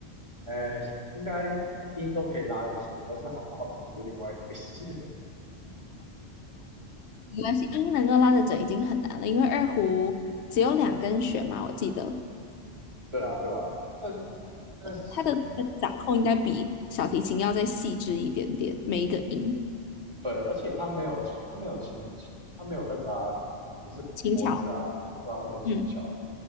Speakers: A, on the right; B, on the left.
A: 呃，应该音都可以拉得准，但是好不好听是另外一回事。<laughs>
B: 没关系，音能够拉得准已经很难了，因为二胡只有两根弦嘛，我记得
A: 对啊，对啊，但但是
B: 它的那个掌控应该比小提琴要再细致一点点，每一个音，
A: 对，而且他没有琴，他没有琴，他没有那个啊，就是脖子啊，
B: 轻巧，
A: 对啊，他没有琴桥。
B: 嗯